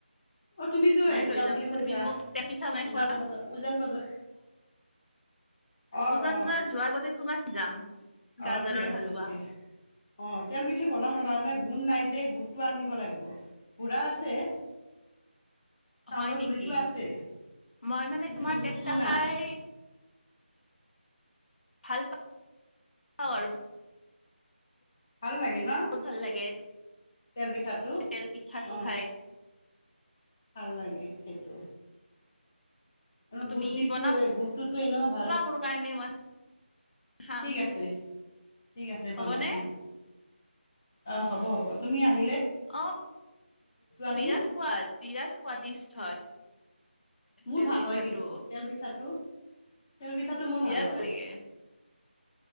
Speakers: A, on the left; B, on the left.
A: অ তুমিতো হেৰিত
B: ময়ে লৈ
A: যাম বুলি
B: তাৰপিছত
A: কৈছা
B: তুমি মোক তেল পিঠা বনাই
A: উজান
B: খোৱাবা
A: বজাৰ উজান বজাৰ অ
B: বজাত
A: অ
B: যোৱাৰ আগতে তোমাক যাম গাজৰৰ
A: অ ঠিক আছে
B: হালোৱা
A: ঠিকে অ তেল পিঠি বনাম নবা মানে। গোণ নাই যে গোটটো আন্নব লাগিব পুৰা আছে। চাউলৰ
B: হয় নেকি
A: গুড়িটো আছে
B: মই মানে
A: কিন্তু
B: তোমাৰ
A: গুড়টো
B: তো খাই।
A: নাই
B: ভাল পাওঁ আৰু।
A: ভাল লাগে ন।
B: বহুত ভাল লাগে
A: তেল পিঠাটো
B: তেল পিঠাটো
A: অ
B: খাই।
A: ভাল লাগে সেই। টো। আৰু
B: তুমি
A: গুটিটো
B: বনাবা
A: এ গুটিটো এনেও ভাল।
B: মোৰ কাৰণে মই খাম
A: ঠিক আছে ঠিক আছে
B: হ'বনে?
A: বনাই দিম। অ হ'ব হ'ব তুমি আহি।
B: অ
A: আনি
B: বিৰাজ সোৱাদ বিৰাজ সাদিষ্ট হয়।
A: মোৰ
B: তেল
A: ভাল
B: পিঠাটো
A: হয় কিন্তু তেল পিঠাটো। তেল পিঠাটো মোৰ
B: বিৰাট
A: ভাল হয়।
B: লাগে।